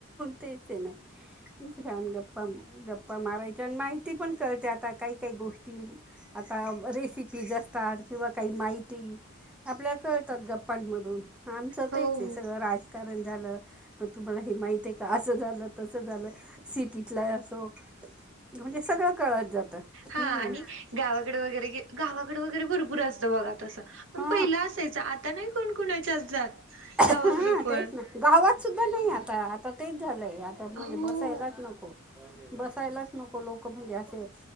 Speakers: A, in the centre; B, on the right (about 60°).
A: तेच नाही छान गप्पा गप्पा मारायच्या आणि माहिती पण कळते आता काही काही गोष्टी आता रेसिपीज असतात किंवा काही माहिती आपल्या कळतात गप्पांमधून आमचं
B: हो
A: तेच सगळं राजकारण झा मग तुम्हाला हे माहित आहे का असं झालं तसं झालं सिटीतला असो म्हणजे सगळं कळत जातं
B: हा
A: हम्म
B: आणि गावाकडे वगैरे गावाकडे वगैरे भरपूर असतं बघा तसं पण
A: हा
B: पहिला असायचं आता नाही कोण कोणाच्या जात
A: हा
B: गावाकड पण
A: तेच ना गावात सुद्धा नाही आता आता तेच झालंय आता म्हणजे
B: हो
A: बसायलाच नको. बसायलाच नको लोक म्हणजे आसे